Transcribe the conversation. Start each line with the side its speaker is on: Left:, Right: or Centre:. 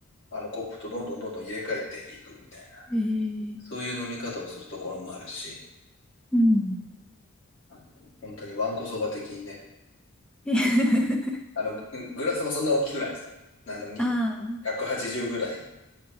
Left: あの、コップとどんどんどんどん入れ替えていくみたいな、
Centre: えー、
Left: そういう飲み方をするところもあるし、
Centre: うん。
Left: あの、本当にわんこそば的にね、
Centre: <laughs>
Left: あの、ググラスもそんな大きくないですよ。あの、に
Centre: ああー、
Left: 180ぐらい。